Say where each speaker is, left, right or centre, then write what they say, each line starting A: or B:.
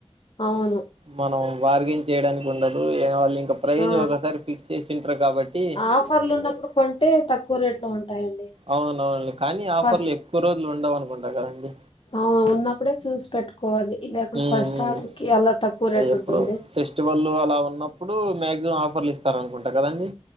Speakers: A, on the left; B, on the right.
A: అవును.
B: మనం బర్గయిన్ చేయడానికి దానికి ఉండదు ఏం వలి ఇంకా ప్రైజ్
A: ఆ!
B: ఒకసారి ఫిక్స్ చేసింటారు కాబట్టి
A: ఆఫర్లున్నప్పుడు కొంటే తక్కువ రేట్‌లో ఉంటాయండి.
B: అవునవును కానీ ఆఫర్లు
A: ఫస్ట్
B: ఎక్కువ రోజులు ఉండవు అనుకుంటా కదండి
A: అవును ఉన్నప్పుడే చూసి పెట్టుకోవాలి లేకుంటే
B: మ్మ్
A: ఫస్ట్
B: మ్మ్
A: ఆర్డర్ కి అలా తక్కువ రేట్
B: అది ఎప్పుడు
A: ఉంటుంది
B: ఫెస్టివల్లు అలా ఉన్నప్పుడు మ్యా ఆఫర్లు ఇస్తార అనుకుంటా కదండి